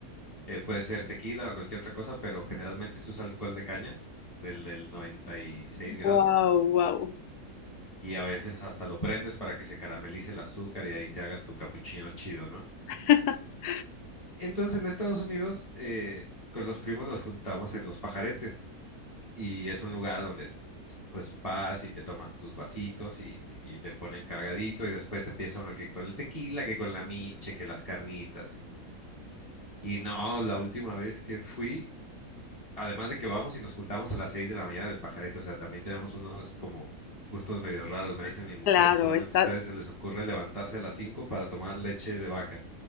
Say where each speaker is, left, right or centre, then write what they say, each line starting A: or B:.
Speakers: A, on the left; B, on the left.
A: Eh, puede ser tequila o cualquier otra cosa, pero generalmente se usa alcohol de caña, del, del 96 grados,
B: Wow, wow.
A: y a veces hasta lo prendes para que se caramelice el azúcar y ahí te haga tu capuchino chido, ¿no?
B: <laughs>
A: Entonces en Estados Unidos, eh, con los primos nos juntamos en Los Pajaretes y es un lugar donde pues vas y te tomas tus vasitos y, y te ponen cargadito y después empieza uno que con el tequila, que con la miche, que las carnitas. y y no, la última vez que fui además de que vamos y nos juntamos a las 6 de la mañana del pajarete, o sea, también tenemos unos como gustos medio raros, me dice mi mujer,
B: Claro,
A: solamente
B: está,
A: a ustedes se les ocurre levantarse a las cinco para tomar leche de vaca.